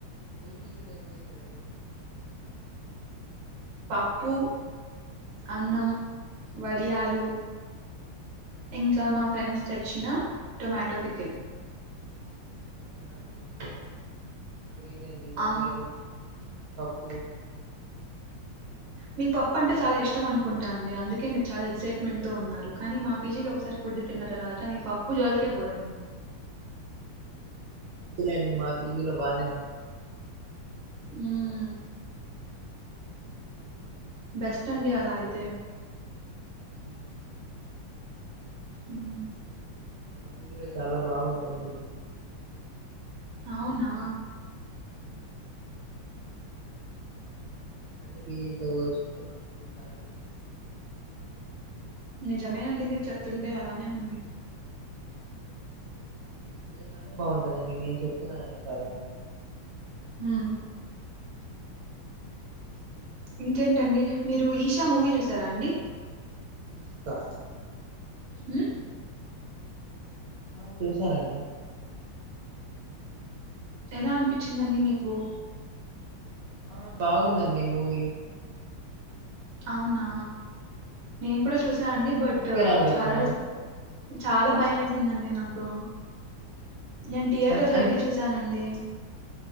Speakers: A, on the right; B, on the right.
A: పీజీలో ఏం చేశారండి.
B: పప్పు అన్నం వడియాలు ఇంకా మా ఫ్రెండ్స్ తెచ్చిన టొమాటో పికిల్.
A: అవునండి ఓ. గ్రేట్ అండి వడియాలు.
B: అవును
A: పప్పు
B: మీకు పప్పు అంటే చాలా ఇష్టం అనుకుంటా అండి. అందుకే మీరు చాలా ఎక్సైట్ మెంట్ తో ఉన్నారు. కానీ మా పీజీలో ఒకసారి ఫుడ్ తిన్న తర్వాత మీరు పప్పు జోలికే పోరండి.
A: వద్దులేండి మా పీజీ లో బానే ఉంది. మీతో
B: మ్మ్.
A: పని.
B: బెస్ట్ అండి అలా అయితే.
A: ఉమ్
B: ఉమ్
A: మా దగ్గర చాలా బాగుంటదండి.
B: అవునా
A: మ్మ్. అన్ని బిజంత పోల్చుకుంటే మా పువ్వు చాలా తెచ్చుంది
B: నిజమేనండి మీరు చెప్తుంటే అలానే ఉంది
A: నిజంగానే బాగుంటందండి నేను చెప్తున్నానుని కాదండి
B: హ ఇంకేంటండి మీరు ఈషా మూవీ చూసారా అండి
A: ఇస్తస్తా
B: అ
A: ఆ చూసానండి
B: ఎలా అనిపించిందండి మీకు
A: ఆ బాగుందండి మూవీ
B: అవునా నేను కూడా చూసి అండి బట్
A: మీకెలా అనిపించిందండి
B: హర చాలా భయం వేసిందండి నాకు నేను థియేటర్
A: అన్
B: లో
A: అన్
B: వెళ్ళి చూసానండి